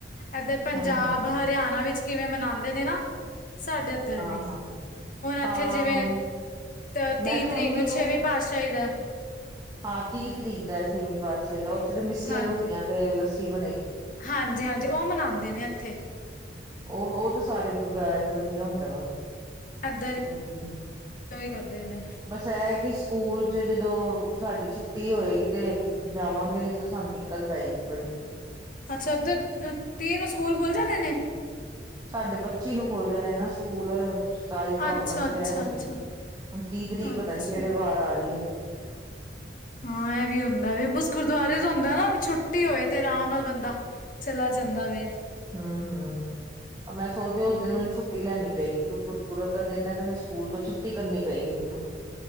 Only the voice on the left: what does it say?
ਏਧਰ ਪੰਜਾਬ
ਹਰ ਧਿਆਣਾ ਵਿੱਚ ਕਿਵੇਂ ਮਨਾਦੇ ਨੇ ਨਾ ਸਾਡੇ ਏਧਰ ਨੀ।
ਹੁਣ ਏਥੇ
ਜਿਵੇਂ ਅ
ਤੀਹ
ਤਰੀਕ
ਨੂੰ ਛੇਵੀਂ ਪਾਤਸ਼ਾਹੀ ਦਾ
ਹਾਂਜੀ
ਹਾਂਜੀ -ਹਾਂਜੀ। ਓ ਮਨਾਂਦੇ ਨੇ ਐਥੇ।
ਐਦਰ
ਕਰਦੇ ਨੇ।
ਅੱਛਾ, ਤੇ ਤ ਤੀਹ ਨੂੰ ਸਕੂਲ ਖੁੱਲ ਜਾਣੇ ਨੇ?
ਅੱਛਾ ਅੱਛਾ
ਅੱਛਾ
ਅੱਛਾ
ਹਾਂ ਐ ਵੀ ਹੁੰਦਾ ਵੇ, ਬਸ ਗੁਰਦੁਆਰੇ ਤੋਂ ਹੁੰਦਾ ਨਾ ਛੁੱਟੀ ਹੋਏ ਤੇ ਰਾਮ ਨਾਲ ਬੰਦਾ ਚਲਾ ਜਾਂਦਾ ਵੇ।
ਹਾਂਜੀ